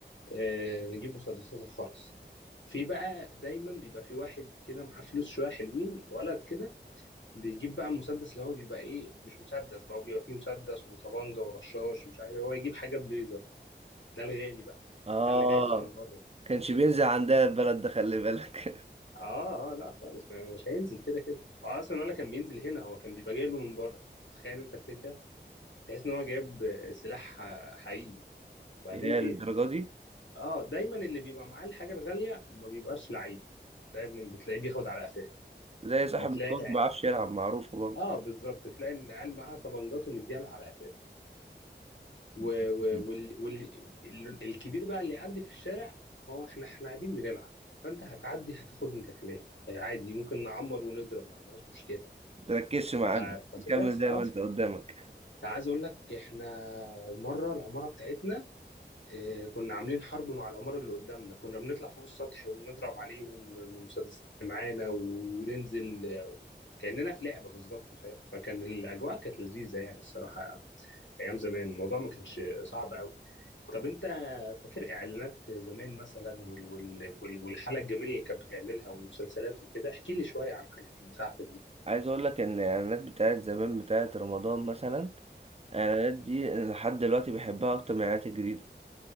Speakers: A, on the left (about 90°); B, on the right (about 35°).
A: اه نجيب مسدسات الخرز في بقى دايما بيبقى في واحد كده معاه فلوس شويه حلوين ولد كده بيجيب بقى مسدس اللي هو بيبقى ايه مش مسدس بقى بيبقى فيه مسدس وطبانجه ورشاش ومش عارف إيه. هو يجيب حاجه بليزر ده الغالي بقى
B: اه
A: فاهم؟ ده اللي جاي له من بره
B: كانش بينزل عندها البلد ده خلي بالك <laughs>
A: اه اه لا خالص ما- مش هينزل كده كده اه اصلا ولا كان بينزل هنا هو كان بيبقى جاي له من بره انت متخيل انت الفكره تحس ان هو جايب سلاح حقيقي بعدين
B: يا
A: ايه
B: للدرجة دي
A: اه دايما اللي بيبقى معاه الحاجه الغاليه ما بيبقاش لعيب دايما بتلاقيه بياخد على قفاه
B: زي صاحب
A: فتلاقي
B: الكورة ما بيعرفش يلعب معروفة برضه
A: اه بالظبط تلاقي إن العيال معاها طبنجات ومديالها على قفاه و...
B: <laughs>
A: و... وال... وال... ال- الكبير بقى اللي عندي في الشارع هو احنا احنا قاعدين بنلعب فانت هتعدي هتاخد انت كمان آه، عادي ممكن نعمر ونضرب ما عندناش مشكله
B: تركزش معانا
A: فكانت
B: كمل
A: بتحصل
B: زي
A: اه
B: ما انت قدامك
A: عايز اقول لك احنا مره العماره بتاعتنا آه، كنا عاملين حرب مع العماره اللي قدامنا كنا بنطلع فوق السطح ونضرب عليهم بمسدسات اللي معانا وننزل آه، كاننا في لعبه بالظبط فاهم فكان الاجواء كانت لذيذه يعني الصراحه ايام زمان الموضوع ما كانش صعب قوي طب انت فاكر اعلانات زمان مثلا وال وال وال والحلقه الجميله اللي كانت بتعملها والمسلسلات وكده احكي لي شويه عن الحاجات بتاعتك دي
B: عايز اقول لك ان الاعلانات بتاعت زمان بتاعت رمضان مثلا الاعلانات دي أنا لحد دلوقتي بحبها اكتر من الاعلانات الجديده